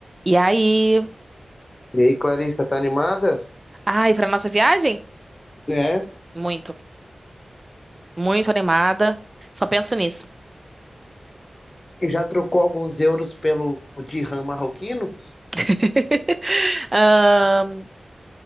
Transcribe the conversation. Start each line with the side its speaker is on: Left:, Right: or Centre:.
Right: E aí,
Left: E aí, Clarissa, tá animada?
Right: ai, pra nossa viagem?
Left: É.
Right: Muito, muito animada. Só penso nisso.
Left: Já trocou alguns euros pelo dirham marroquino?
Right: <laughs> Ahn,